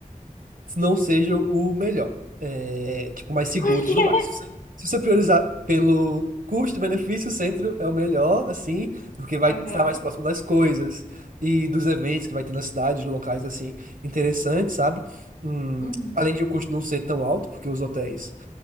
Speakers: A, on the right; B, on the left.
A: não seja o melhor, é, tipo, mais seguro
B: <laughs> Por
A: e
B: quê?
A: tudo mais. Se você se você priorizar pelo custo-benefício, o centro é o melhor, assim, porque vai
B: Aham.
A: estar mais próximo das coisas e dos eventos que vai ter na cidade, de locais, assim, interessantes, sabe? Hum,
B: Uhum.
A: além de o custo não ser tão alto, porque os hotéis